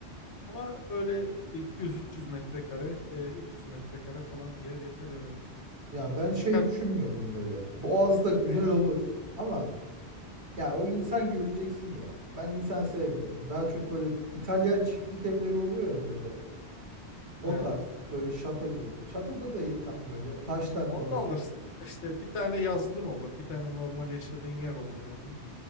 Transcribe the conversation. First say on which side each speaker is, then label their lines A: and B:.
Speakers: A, on the left; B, on the right.
A: Ama böyle bir 200-300 metrekare, e, 300 metrekare falan bir yer yeter herhalde.
B: Ya ben şey
A: Birkaç
B: düşünmüyorum böyle. Boğaz'da güzel
A: ne?
B: olur ama ya o insan göreceksin ya. Ben insan sevmiyorum. Daha çok böyle İtalyan çiftlik evleri oluyor ya böyle. O
A: Ha.
B: tarz böyle şato gibi. Şatoda değil tam böyle taştan
A: Onu
B: falan.
A: da alırsın. İşte bir tane yazlığın olur, bir tane normal yaşadığın yer olur hani.